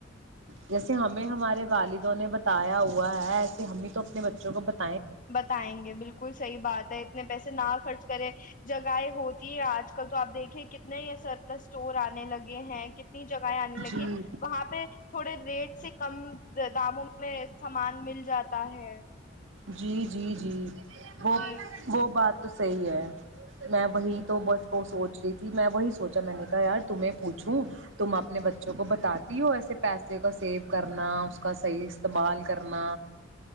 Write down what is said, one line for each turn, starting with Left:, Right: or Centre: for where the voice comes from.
Right: جیسے ہمیں ہمارے والدوں نے بتایا ہوا ہے ایسے ہممی تو اپنے بچوں کو بتا
Left: بتائیں گے بالکل صحیح بات ہے اتنے پیسے نہ خرچ کرے جگہیں ہوتی ہے آج کل تو آپ دیکھیں کتنے یہ سر پلس سٹور آ لگے ہیں کہنے نی جگہیں آنے لگی
Right: جی
Left: وہاں پہ تھوڑے ریٹ سے کم داموں میں سامان مل جاتا ہے
Right: جی جی جی وہ
Left: جی
Right: وہ بات تو صحیح ہے میں وہی تو بس کو سوچ رہی تھی میں وہی سوچا میں نے کہا یار تمہیں پوچھوں تم اپنے بچوں کو بتاتی ہو ایسے پیسے کا سیو کرنا اس کا صحیح استعمال کرنا